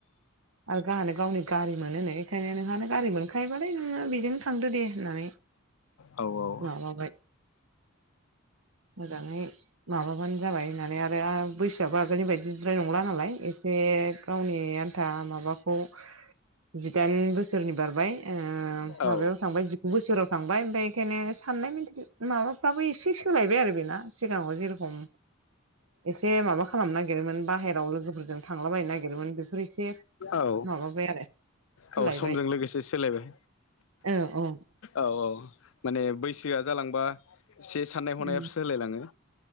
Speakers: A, on the right; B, on the left.
A: आरो गाहानो गावनि गारि मोनोनो बेखायनो नोंहानो गारि मोनखायोबालथाय नोङो बेजोंनो थांदो दे होननानै
B: औ औ
A: माबाबाय मोजाङै माबाबानो जाबाय होननानै आरो बैसोआबो आगोलनि बायदि जिद्राय नंला नालाय एसे गावनि आन था मा माबाखौ जिदाइन बोसोरनि बारबाय ओ माबायाव
B: औ
A: थांबाय जिगु बोसोराव थांबाय ओमफाय एखायनो साननाय साननाय मेन्टेलि माबा बो एसे सोलायबाय आरो बेना सिगाङाव जेरखम एसे माबा खालामनो नागिरोमोन बाहेरायाव लोगोफोरजों थांलाबायायनो नागिरोमोन बे फोर एसे।
B: औ
A: माबाबाय आरो सोलायबाय
B: औ समजों लोगोसे सोलायबाय
A: औ औ
B: औ औ माने बैसोआ जालांबा एसे साननाय हनायाबो
A: उम
B: सोलायलाङो।